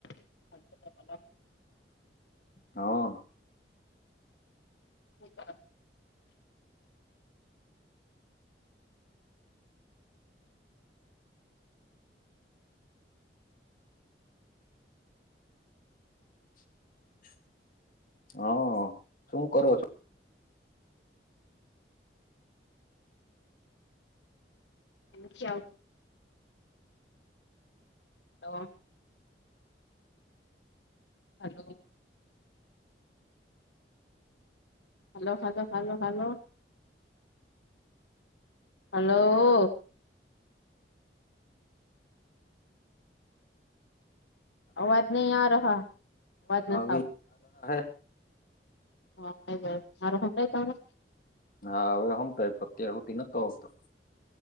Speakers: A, on the left; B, on the left.
A: <inaudible>
B: હઅ
A: <inaudible>
B: <inaudible> હઓ! - શું કરો છો?
A: <inaudible> <inaudible> Hello hello hello hello hello hello આવાજ નહીં આ રહા. અવાજ નથી
B: આવી-
A: આવતો
B: હ હૈ
A: <inaudible>
B: હા હવે હંભળાયા પર અત્યાર સુધી ન તો આવતો